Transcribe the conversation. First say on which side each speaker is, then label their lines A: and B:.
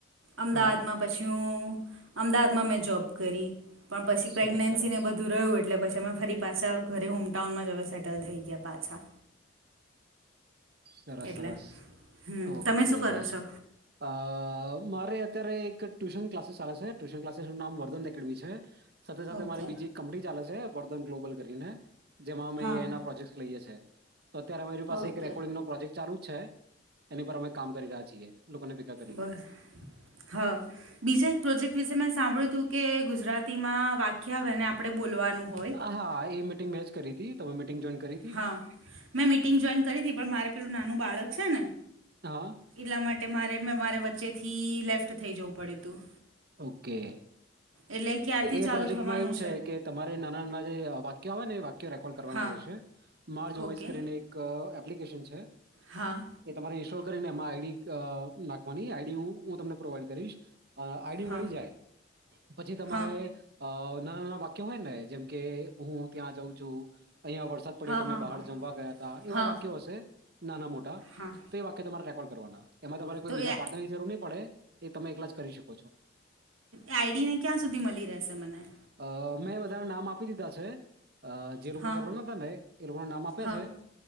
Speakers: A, on the right; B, on the right.
A: અમદાવાદમાં
B: હા
A: પછી હું અમદાવાદમાં મેં જોબ કરી પણ પછી
B: સરસ
A: પ્રેગ્નેન્સી
B: સરસ
A: ને બધું રહ્યું એટલે પછી અમે ફરી પાછા ઘરે હોમટાઉનમાં જવા સેટલ થઈ ગયા પાછા
B: સરસ
A: એટલે
B: સરસ
A: હમ
B: ઓકે
A: તમે શું કરો છો
B: અ મારે અત્યારે એક ટ્યુશન ક્લાસીસ ચાલે છે ટ્યુશન ક્લાસીસનું નામ વર્ધન એકેડમી છે. સાથે સાથે
A: ઓકે
B: મારી બીજી એક કંપની ચાલે છે વર્ધન ગ્લોબલ કરીને જેમાં અમે
A: હા
B: એઆઇના પ્રોજેક્ટ લઈએ છી તો અત્યારે મારી પાસે
A: ઓકે
B: પ્રોજેક ચાલુ છે એની પર અમે કામ કરી રહ્યા છીએ ભેગા કરીને.
A: બર હા બીજા એક પ્રોજેક્ટ વિશે મે સાંભળ્યું હતું કે ગુજરાતીમાં વાક્યા આવે આપણે બોલવાનું હોય
B: હા એ મિટિંગ મે જ કરી હતી તમે મિટિંગ જોઈન કરી હતી?
A: હા મેં મિટિંગ જોઈન કરી હતી પણ મારે પેલું નાનું બાળક છે ને
B: હા
A: એટલા માટે મારે મેં મારે વચ્ચેથી લેફ્ટ થઈ જવું પડ્યું હતું
B: ઓકે. એટલે
A: એટલે ક્યારથી
B: એ
A: ચાલુ
B: પ્રોજેક્ટમાં
A: થવાનું
B: એવું છે કે તમારે નાના નાના જે વાક્ય આવે ને એ વાક્ય રેકોર્ડ કરવાના
A: હા
B: રહેશે મા
A: ઓકે
B: વોઈસ કરીને એક એક એપ્લિકેશન છે.
A: હા.
B: એ તમારે ઇન્સ્ટોલ કરીને એમાં આઈડી નાખવાની આઈડી હ હું તમને પ્રોવાઈડ કરીશ અ આઈડી
A: હા
B: મળી જાય પછી તમારે
A: હા હા
B: અ નાના નાના વાક્ય હોય ને જેમ કે હું ત્યાં જાઉં છું. અહિયાયા વરસાદ પડ્યો તો
A: હા
B: મેં બહાર
A: હા
B: જમવા ગયા ત એવા
A: હા
B: વાક્યો હશે નાના મોટા તો
A: હા
B: એ વાક્ય તમારે રેકોર્ડ કરવાના એમાં તમારે કોઈ
A: તો
B: બીજા
A: એ
B: ની જરૂર નહી પડે એ તમે એકલા જ કરી શકો છો
A: આઈડી ને ક્યાં સુધી મળી રહેશે મને
B: અ મેં વધારે નામ આપી દીધા છે અ જે લોકો
A: હા
B: કરવા ન હતાતા ને એ લોકોને નામ આપ્યા
A: હા
B: છે.